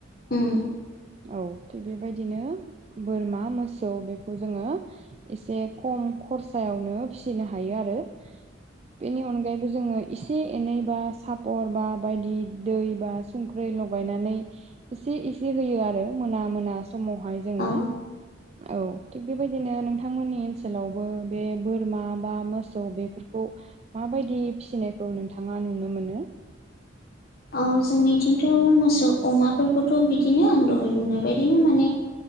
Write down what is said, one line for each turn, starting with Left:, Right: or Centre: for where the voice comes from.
Left: उम
Right: औ थिग बेबायदिनो बोरमा मोसौ बेखौ जोङो एसे खम खरसायावनो फिसिनो हायो आरो बेनि अनगायैबो जोङो एसे एनै बा सापर बा बायदि दै बा संख्रोय लगायनानै इसे इसे होयो आरो मोना मोना समावहाय जोङो
Left: औ
Right: औ थिग बेबायदिनो नोंथांमोननि ओनसोलावबो बे बोरमा बा मोसौ बेफोरखौ माबायदि फिसिनायखौ नोंथाङा नुनो मोनो।
Left: औ जोंनिथिंथ' मोसौ अमाफोरखौथ' बिदिनो आं दहाय बुंनाय बायदिनो माने